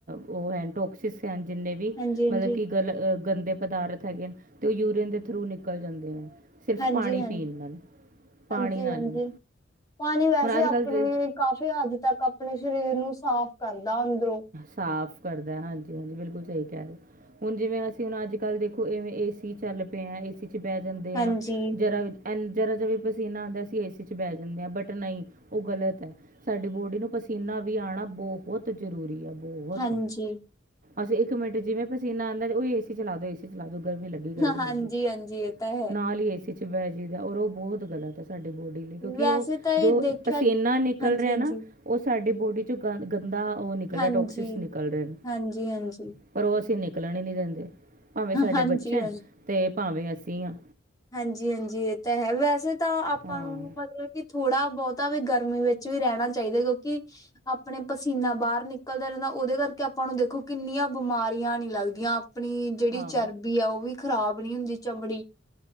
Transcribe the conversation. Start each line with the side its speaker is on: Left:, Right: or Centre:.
Right: ਉਹ ਹੈ ਟੋਕਸਿਸ ਹਨ ਜਿੰਨੇ ਵੀ
Left: ਹਾਂਜੀ ਹਾਂਜੀ
Right: ਮਤਲਬ ਕਿ ਗਲ ਗੰਦੇ ਪਦਾਰਥ ਹੈਗੇ ਤੇ ਉਹ ਯੂਰੀਅਨ ਦੇ ਥਰੂ ਨਿਕਲ ਜਾਂਦੇ ਆ ਸਿਰਫ਼
Left: ਹਾਂਜੀ
Right: ਪਾਣੀ
Left: ਹਾਂਜੀ
Right: ਪੀਣ ਨਾਲ। ਪਾਣੀ
Left: ਹਾਂਜੀ-ਹਾਂਜੀ
Right: ਨਾਲ ਹੀ
Left: ਪਾਣੀ ਵੈਸੇ
Right: ਹੁਣ ਅੱਜ
Left: ਆਪਣੇ
Right: ਕੱਲ੍ਹ ਦੇ
Left: ਕਾਫ਼ੀ ਹੱਦ ਤੱਕ ਆਪਣੇ ਸਰੀਰ ਨੂੰ ਸਾਫ ਕਰਦਾ ਅੰਦਰੋ।
Right: ਸਾਫ਼ ਕਰਦਾ ਹਾਂਜੀ-ਹਾਂਜੀ ਬਿਲਕੁਲ ਸਹੀ ਕਹਿ ਰਹੇ ਹੋ। ਹੁਣ ਜਿਵੇਂ ਅਸੀ ਹੁਣ ਅੱਜ ਕੱਲ ਦੇਖੋ ਇਵੇ ਏਸੀ ਚੱਲ ਪਏ ਹਾ ਏਸੀ ਚ ਬਹਿ ਜਾਂਦੇ
Left: ਹਾਂਜੀ,
Right: ਹਾ ਜ਼ਰਾ ਐਨ ਜ਼ਰਾ ਜਾ ਵੀ ਪਸੀਨਾ ਆਉਂਦਾ ਅਸੀਂ ਏ ਸੀ ਚ ਬਹਿ ਜਾਂਦੇ ਹਾ ਬਟ ਨਈ ਉਹ ਗਲਤ ਹੈ। ਸਾਡੀ ਬੋਡੀ ਨੂੰ ਪਸੀਨਾ ਵੀ ਆਉਣਾ ਬੋਹਤ ਜ਼ਰੂਰੀ ਆ ਬੋਹਤ।
Left: ਹਾਂਜੀ, ਹਾਂਜੀ,
Right: ਅਸੀਂ ਇੱਕ ਮਿੰਟ ਜਿਵੇ ਪਸੀਨਾ ਆਦਾ ਓਏ ਏਸੀ ਚਲਾ ਦੋ ਏਸੀ ਚਲਾ ਦੋ। ਗਰਮੀ ਲੱਗੀ-ਗਰਮੀ
Left: ਹਾਂਜੀ
Right: ਲੱਗੀ
Left: ਹਾਂਜੀ ਇਹ ਤਾਂ ਹੈ।
Right: ਨਾਲ ਹੀ ਏਸੀ ਚ ਬਹਿ ਜਦਾ ਔਰ ਉਹ ਬਹੁਤ ਗਲਤ ਹੈ ਸਾਡੇ ਬੋਡੀ ਕਿਉਂਕਿ
Left: ਵੈਸੇ
Right: ਉਹ
Left: ਤਾਂ ਇਹ
Right: ਜੋ
Left: ਦੇਖਿਆ
Right: ਪਸੀਨਾ ਨਿਕਲ
Left: ਹਾਂਜੀ,
Right: ਰਿਹਾ
Left: ਹਾਂਜੀ,
Right: ਨਾ ਉਹ ਸਾਡੀ ਬੋਡੀ ਚ ਗੰ ਗੰਦਾ ਉਹ ਨਿਕਲ
Left: ਹਾਂਜੀ,
Right: ਰਿਹਾ ਟੋਕਸਿਸ ਨਿਕਲ ਰਹੇ ਨੇ,
Left: ਹਾਂਜੀ, ਹਾਂਜੀ।
Right: ਪਰ ਉਹ ਅਸੀਂ ਨਿਕਲਣ ਹੀ ਨਹੀ ਦਿੰਦੇ ਭਾਵੇਂ ਸਾਡੇ
Left: ਹਾਂਜੀ,
Right: ਬੱਚਾ ਤੇ ਭਾਵੇਂ ਅਸੀ ਸਹੀ ਆ
Left: ਹਾਂਜੀ- ਹਾਂਜੀ ਇਹ ਤਾਂ ਹੈ ਵੈਸੇ ਤਾਂ ਆਪਾਂ
Right: ਹਾਂ
Left: ਨੂੰ ਮਤਲਬ ਥੋੜਾ ਬਹੁਤਾ ਵੀ ਗਰਮੀ ਵਿੱਚ ਵੀ ਰਹਿਣਾ ਚਾਹੀਦਾ ਕਿਉਂਕਿ ਆਪਣੇ ਪਸੀਨਾ ਬਾਹਰ ਨਿਕਲਦਾ ਰਹਿੰਦਾ ਉਹਦੇ ਕਰਕੇ ਆਪਾਂ ਨੂੰ ਦੇਖੋ ਕਿੰਨੀਆਂ ਬਿਮਾਰੀਆਂ ਨੀ ਲੱਗਦੀਆਂ ਆਪਣੀ ਜਿਹੜੀ
Right: ਹਾਂ
Left: ਚਰਬੀ ਆ ਉਹ ਵੀ ਖ਼ਰਾਬ ਨੀ ਹੁੰਦੀ ਚਮੜੀ,